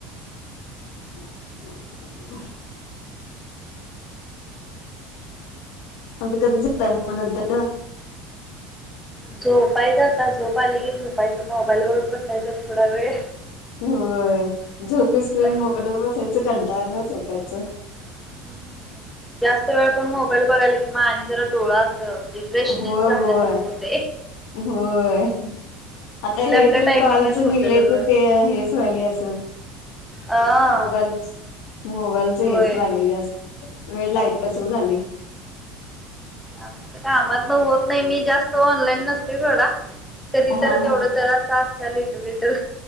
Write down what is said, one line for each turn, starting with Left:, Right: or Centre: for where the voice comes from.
Left: ह.. आ कधीच झोपताय नंतर.
Centre: झोपायचं आता झोपा आली की झोपायचं मोबाईलवरून बसायचं थोडा वेळ....
Left: होय
Centre: आणि
Left: झोपीसकडे
Centre: झोपायचं.
Left: मोबाईल बसायचं कंटाळालाच. झोपायचं.
Centre: हम्म. जास्त वेळ पण मोबाईल बघायला किंवा आणि जरा डोळा अस. म्हणजे फ्रेशनेस
Left: होय
Centre: झाल्यासारखं
Left: होय
Centre: होत.
Left: होय. आता हे
Centre: आपल्या
Left: तर
Centre: टायमिंगने
Left: कलच
Centre: झोपलेलं
Left: निघलायच
Centre: बरं.
Left: ते हेच व्हाली असं.
Centre: आ.
Left: मोबाईलच मोबाईलच हेच
Centre: होय
Left: लागले जास्त. वेळ लागल्याच झालाय.
Centre: आमच्या कामात ना होत नाही मी जास्त ऑनलाईन नसते थोडा. कधी
Left: हा
Centre: तर तेवढं
Left: हा
Centre: जरा अस असत लिटल लिटल.